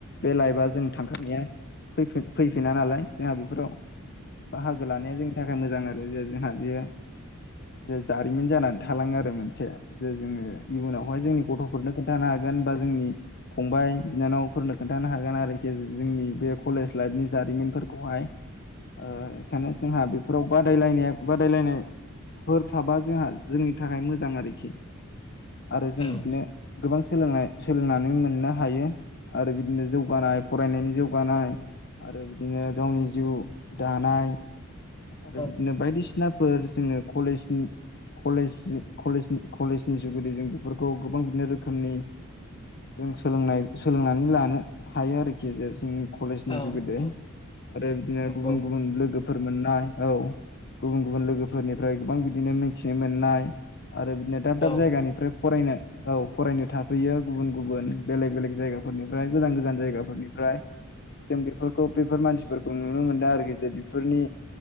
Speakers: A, on the left; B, on the left.
A: बे लाइफआ जों थांखांनाया फैफि-फैफिना नालाय जोंहा बेफोराव, बाहागो लानाया जों, बेनि थाखाय मोजां आरो जे जोंहा बेयो जे जारिमिन जानानै थालाङो आरो मोनसे जे, जोङो, इयुनावहाय जोंनि गथ', हरनो खोनथानो हागोन, बा जोंनि, फंबाय- बिनानफोरनो खोनथानो हागोन, आरोखि जोंनि बे, कलेज लाइफ जारिमिनफोरखौहाय ओ ओखायनो जों बेफ- फोराव बादायलायनाया- बादायलायनाय, फोर थाबा जोंहा जोंनि थाखाय मोजां आरोखि आरो जों
B: औ
A: बिदिनो गोबां, सोलोंनाय - सोलोंनानै मोननो हायो। आरो बिदिनो जौगानाय फरायनायनि जौगानाय आरो बिदिनो गावनि जिउ, दानाय आरो
B: औ
A: बिदिनो बायदिसिनाफोर जोङो कलेजनि, कलेजलेज कलेज कलेजनि जुगैदै जों बेफोरखौ गोबां बिदिनो रोखोमनि, जों सोलोंनाय-सोलोंनानै लानो हायो आरोखि जे जों, कलेजनि
B: औ
A: जुगिदै
B: औ
A: आरो बिदिनो
B: नंगौ
A: गुबुन-गुबुन लोगोफोर मोननाय, औ गुबुन-गुबुन लोगोफोरनिफ्राय गोबां बिदिनो मिथिनो मोननाय, आरो बिदिनो दाब-दाब
B: औ
A: जायगानिफ्राय, फरायनो औ फरायनो थाफैयो गुबुन-गुबुन, बेले- बेलेग जायगाफोरनिफ्राय गोजान-गोजान जायगा, निफ्राय जों बेफोरखौ बे मानसिफोरखौ नुनो मोनदों आरोखि जे बेफोरनि,